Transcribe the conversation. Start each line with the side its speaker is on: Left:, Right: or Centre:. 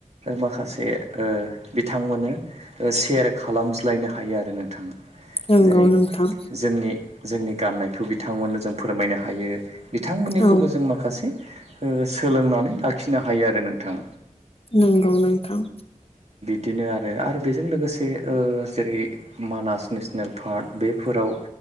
Right: माखासे ओ बिथांमोनो सेयार खालामज्लायनो हायो आरो नोंथाङा
Left: नंगौ
Right: जेरै
Left: नोंथां
Right: जोंनि जोंनि गाननाय बे खौ बिथांमोननो जों फोरमायनो हायो बिथांमोननिखौबो
Left: औ
Right: जों माखासे ओ सोलोंनानै आखिनो हायो आरो नोंथां
Left: नंगौ नोंथां
Right: बिदिनो आरो आरो बेजों लोगोसे ओ जेरै मानास नेसनेल पार्क बेफोराव